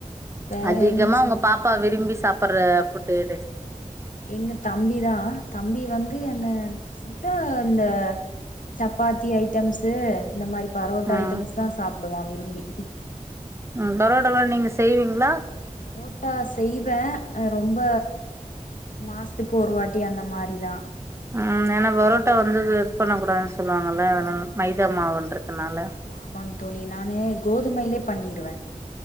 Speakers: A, on the left (about 75°); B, on the right (about 20°).
A: வேற
B: அதிகமா
A: என்ன செய்
B: உங்க பாப்பா விரும்பி சாப்பற்ற ஃபுட்டு எது
A: எங்க தம்பிதா தம்பி வந்து என்ன ஃபுட்டா அந்த சப்பாத்தி ஐட்டம்ஸ்ஸு இந்த மாரி பரோட்டா
B: ம்
A: ஐட்டம்ஸ்ஸு தா சாப்டுவா விரும்பி
B: ம் பரோட்டால்லா நீங்க செய்வீங்ளா
A: பரோட்டா செய்வ அ ரொம்ப மாசத்துக்கு ஒரு வாட்டி அந்த மாரி தா
B: ம் ஏன்னா பரோட்டா வந்து இது பண்ண கூடாதுன் சொல்லுவாங்கள அதனால
A: ஆமா
B: மைதா மாவுன்றதுனால
A: ஆமா ஆமாங் தோழி நானு கோதுமைலே பண்ணிருவே